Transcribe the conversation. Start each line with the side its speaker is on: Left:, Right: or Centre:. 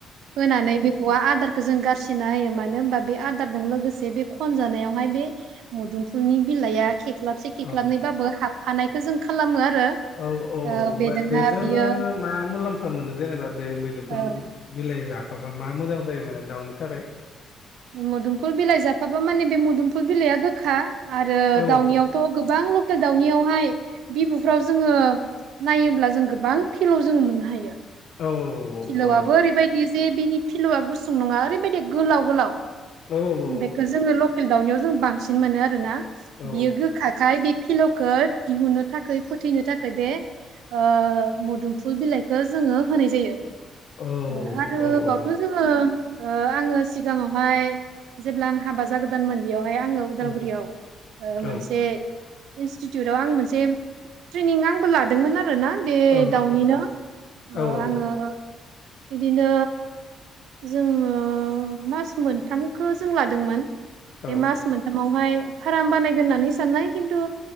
Right: होनानै बेखौआ आदारखौ जों गारसिना होयो मानो होनबा बे आद आदारजों लोगोसे बे खन जानायावहाय बे मोदुमफुलनि बिलाइआ खेख्लाबसे खेख्लाबनैबाबो
Left: औ
Right: हाबफानायखौ जों खालामो आरो
Left: औ औ
Right: ओ
Left: औ
Right: बेजोंहा
Left: बे-बेजोंङो
Right: बियो
Left: मा मुलाम्फा मोनो जेनेबा बे मैदुफुल
Right: ओ
Left: बिलाइ जाब मबा मा मोजां जायो माने दाउनि थाखाय।
Right: मोदुमफुल बिलाइ जाफाबा माने बे मोदुमफुल बिलाइआ गोखा। आरो
Left: औ
Right: दाउनियावथ' गोबां लकेल दाउनियावहाय बिबुफ्राव जोङो नायोब्ला जों गोबां फिलाव जोङो मोननो हायो
Left: औ
Right: फिलौआबो
Left: औ
Right: ओरैबायदि जे बेनि फिलौआ गुसुं नङा ओरैबायदि गोलाव गोलाव
Left: औ औ
Right: बेखो
Left: औ
Right: जोङो लख लखेल दाउनियाव जों बांसिन मोनो आरोना
Left: औ
Right: बियो गोखाखाय बे फिलौखो दिहुनो थाखाय फोथैनो थाखाय बे ओ मोदुमफुल बिलाइखौ जोङो होनाय जायो। ओ
Left: औ
Right: आरो बेयाथ
Left: औ औ
Right: जोंङो। ओ आङो सिगाङाव हाय जेब्ला आं हाबा जागोदानमोन बेयाव ओमाय आङो उदालगुरियाव
Left: उम
Right: ओ
Left: औ
Right: मोनसे
Left: ओं
Right: इन्स्टिटिउटव आं मोनसे ट्रेनिं आंबो लादोंमोन आरो आरो ना बे
Left: ओं
Right: दाउनिनो
Left: ओं औ ओं
Right: आङो बिदिनो जोङो मास मोनथामखौ जों लादोंमोन। बे
Left: ओं
Right: मास मोनथामावहाय फार्म बानायगोन होननानै साननाय खिन्थु